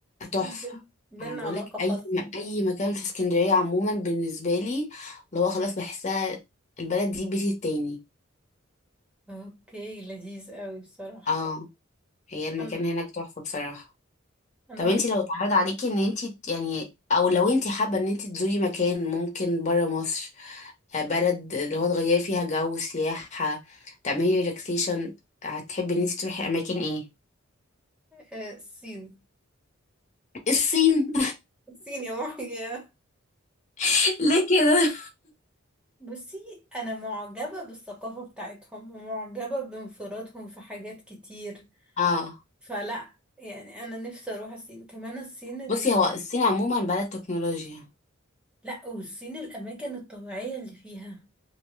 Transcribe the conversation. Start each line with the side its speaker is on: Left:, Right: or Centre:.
Centre: في
Left: تحفة
Centre: بين- بينا
Left: أنا بقولك
Centre: علاقة خاصة
Left: أي أي مكان في اسكندرية عموما بالنسبة لي اللي هو خلاص بحسها البلد دي بيتي التاني
Centre: اوكي لذيذ اوي بصراحة
Left: اه هي المكان
Centre: انا
Left: هناك تحفة بصراحة
Centre: أنا
Left: طب انت
Centre: رحت
Left: لو اتعرض عليكي ان انت يعني او لو انت حابة ان انت تزوري مكان ممكن برا مصر آه، بلد اللي هو تغيري فيها جو سياحة تعملي ريلاكسيشن هتحبي ان انت تروحي اماكن ايه
Centre: آه، الصين
Left: الصين
Centre: الصين يا محيي
Left: <laughs> ليه كده
Centre: بصي انا معجبة بالثقافة بتاعتهم ومعجبة بانفرادهم في حاجات كتير
Left: اه
Centre: فلا يعني انا نفسي اروح الصين كمان الصين ال...
Left: بصي هو الصين عموما بلد تكنولوجيا
Centre: لا والصين الاماكن الطبيعية اللي فيها